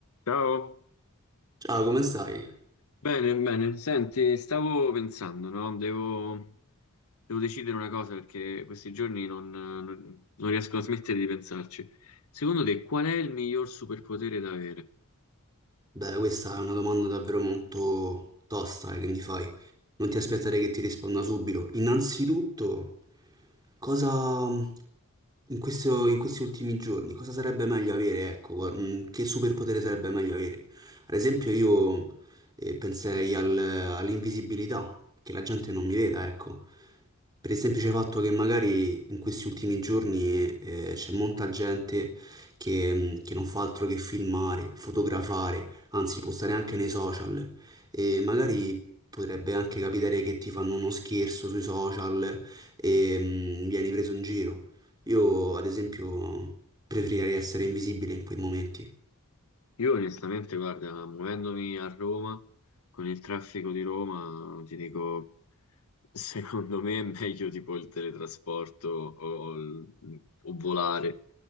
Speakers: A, on the left; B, on the right.
A: Ciao,
B: Ciao, come stai?
A: bene, bene. Senti, stavo pensando, no? Devo, devo decidere una cosa perché questi giorni non, non- non riesco a smettere di pensarci. Secondo te, qual è il miglior superpotere da avere?
B: Beh, questa è una domanda davvero molto tosta, eh, che mi fai. Non ti aspettare che ti risponda subito. Innanzitutto, cosa in questo- in questi ultimi giorni, cosa sarebbe meglio avere? Ecco, gua- mm, che superpotere sarebbe meglio avere? Ad esempio, io eh, penserei al- all'invisibilità, che la gente non mi veda, ecco. Per il semplice fatto che magari in questi ultimi giorni eh, c'è molta gente che, mm, che non fa altro che filmare, fotografare anzi può stare anche nei social e magari potrebbe anche capitare che ti fanno uno scherzo sui social e mm, vieni preso in giro. Io, ad esempio, preferirei essere invisibile in quei momenti.
A: Io onestamente, guarda, muovendomi a Roma, con il traffico di Roma, ti dico, secondo me è meglio tipo il teletrasporto o, o il- o volare.